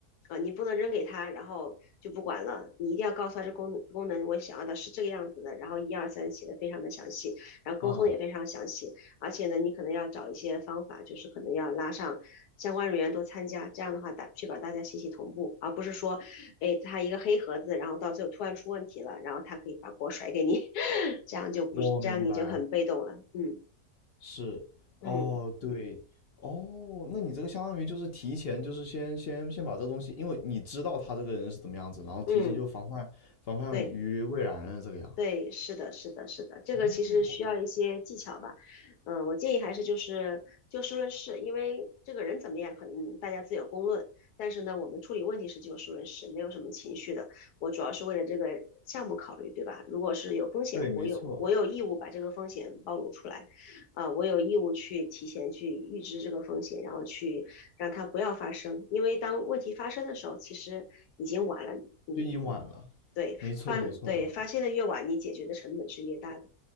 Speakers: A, on the left (about 85°); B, on the left (about 55°).
A: 啊、你不能扔给他，然后就不管了。你一定要告诉他这功功能我想要的是这个样子的，然后一二三写的非常的详细，然后沟通也非常详细。
B: 啊，
A: 而且呢，你可能要找一些方法，就是可能要拉上相关人员都参加，这样的话大确保大家信息同步，而不是说，哎，他一个黑盒子，然后到最后突然出问题了，然后他可以把锅甩给你，<laughs> 这样就不这样你就很被动了。
B: 我明白。
A: 嗯
B: 是，
A: 嗯
B: 哦，对，哦，那你这个相当于就是提前，就是先先先把这东西，因为你知道他这个人是怎么样子，然后提前就防范防范于未然了，
A: 嗯，对。
B: 这个样。
A: 对，是的，是的，是的，这个其实需要一些技巧吧。
B: 哦，
A: 嗯，我建议还是就是就事论事，因为这个人怎么样，可能大家自有公论。但是呢，我们处理问题是就事论事，没有什么情绪的。我主要是为了这个项目考虑，对吧？如果是有风险，
B: 对，
A: 我有我有义务把这个风险暴露出来，
B: 没错，
A: 啊、我有义务去提前去预知这个风险，然后去让它不要发生。因为当问题发生的时候，其实已经晚了。嗯，
B: 就已经晚了，
A: 对，
B: 没错，
A: 发对发现的越晚，
B: 没错，没错，
A: 你解决的成本是越大的。